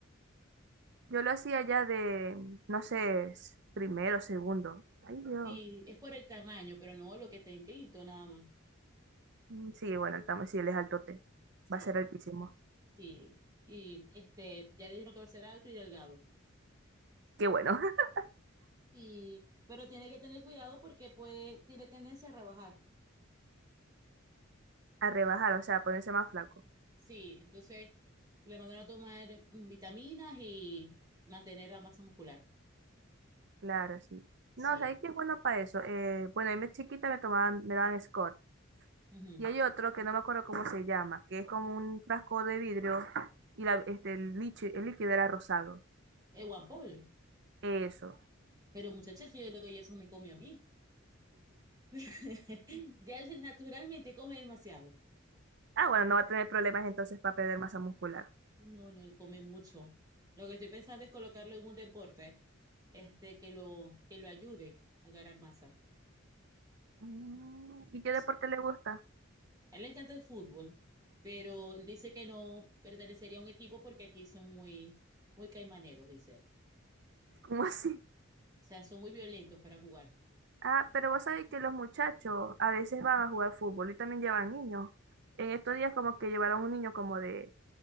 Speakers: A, on the right; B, on the right.
A: Yo lo hacía ya de, no sé, s- primero, segundo. Ay, Dios.
B: Sí, es por el tamaño, pero no lo que está en quinto nada más.
A: Mm, Sí, bueno, el tamaño, sí, él es altote.
B: Sí,
A: Va a ser altísimo.
B: sí. Y este, ya le dijeron que va a ser alto y delgado.
A: Qué bueno. <laughs>
B: Y, pero tiene que tener cuidado porque puede, tiene tendencia a rebajar.
A: A rebajar, o sea, a ponerse más flaco.
B: Sí, entonces le mandaron a tomar mm, vitaminas y mantener la masa muscular.
A: Claro, sí.
B: Sí.
A: No, ¿sabes qué es bueno para eso? Eh, bueno, a mí chiquita me tomaban, me daban Scott.
B: ujú.
A: Y hay otro que no me acuerdo cómo se llama, que es como un frasco de vidrio y la, este, el, lichi- el líquido era rosado.
B: Es Juan Paul.
A: Eso.
B: Pero muchacha, si yo le doy eso, me come a mí. <laughs> Ya él naturalmente come demasiado.
A: Ah, bueno, no va a tener problemas entonces para perder masa muscular.
B: No, no, él come mucho. Lo que estoy pensando es colocarlo en un deporte, este, que lo, que lo ayude a ganar masa.
A: Mm, ¿Y qué
B: Sí.
A: deporte le gusta?
B: A él le encanta el fútbol, pero él dice que no pertenecería a un equipo porque aquí son muy, muy caimaneros, dice él.
A: <laughs> ¿Cómo así?
B: sea, son muy violentos para jugar.
A: Ah, pero vos sabés que los muchachos a veces van a jugar fútbol y también llevan niños. En estos días como que llevaron un niño como de,